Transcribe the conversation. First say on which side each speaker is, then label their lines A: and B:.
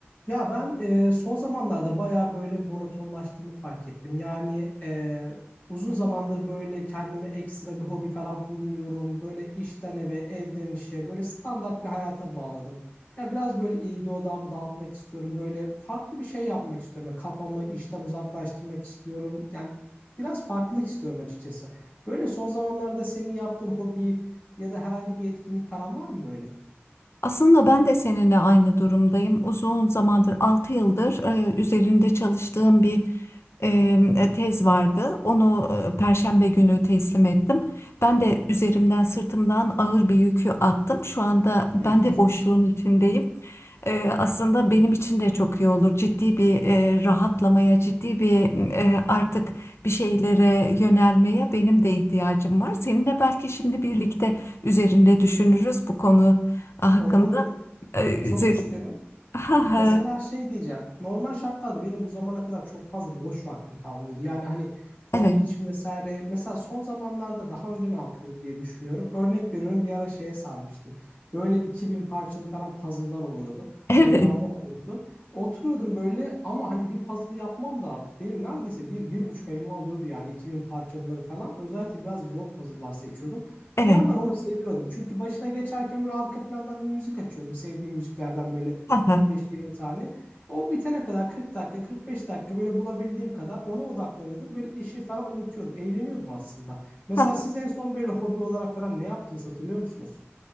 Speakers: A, on the left (about 45°); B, on the left (about 70°).
A: Ya ben e, son zamanlarda bayağı böyle monotonlaştığımı fark ettim. Yani e, uzun zamandır böyle kendime ekstra bir hobi falan bulmuyorum. Böyle işten eve, evden işe, böyle standart bir hayata bağladım. Ya biraz böyle ilgi odağımı dağıtmak istiyorum. Böyle farklı bir şey yapmak istiyorum. Yani Kafamı işten uzaklaştırmak istiyorum. Yani biraz farklılık istiyorum açıkçası. Böyle son zamanlarda senin yaptığın hobi ya da herhangi bir etkinlik falan var mı böyle?
B: Aslında ben de seninle aynı durumdayım. Uzun zamandır, 6 yıldır e, üzerinde çalıştığım bir e, e, tez vardı. Onu e, Perşembe günü teslim ettim. Ben de üzerimden, sırtımdan ağır bir yükü attım. Şu anda ben
A: Geçmiş
B: de boşluğun
A: olsun.
B: içindeyim. E, aslında benim için de çok iyi olur. Ciddi bir e, rahatlamaya, ciddi bir e, artık bir şeylere yönelmeye benim de ihtiyacım var. Seninle belki şimdi birlikte üzerinde düşünürüz bu konu hakkında
A: Olur olur.
B: e,
A: Çok
B: zö-
A: isterim.
B: ha
A: Mesela
B: ha
A: şey diyeceğim. Normal şartlarda benim bu zamana kadar çok fazla boş vaktim kalmıyordu. Yani hani hobi
B: evet
A: için vesaire. Mesela son zamanlarda daha önce ne yapıyordum diye düşünüyorum. Örnek veriyorum bir ara şeye sarmıştım. Böyle 2000 parçalı falan puzzle'lar oluyordu.
B: evet
A: Onlardan alıyordum. Oturuyordum böyle ama hani bir puzzle yapmam da benim neredeyse bir, bir buçuk ayımı alıyordu yani 2000 parçalıları falan. Özellikle biraz zor puzzle'lar seçiyordum.
B: evet
A: Bir yandan onu seviyordum. Çünkü başına geçerken böyle arka plandan bir müzik açıyordum. Sevdiğim müziklerden böyle
B: ha
A: 15-20
B: ha
A: tane. O bitene kadar 40 dakika, 45 dakika böyle bulabildiğim kadar ona odaklanıyordum. Böyle işi falan unutuyordum. Eğleniyordum aslında. Mesela
B: ha.
A: siz en son böyle hobi olarak falan ne yaptınız hatırlıyor musunuz?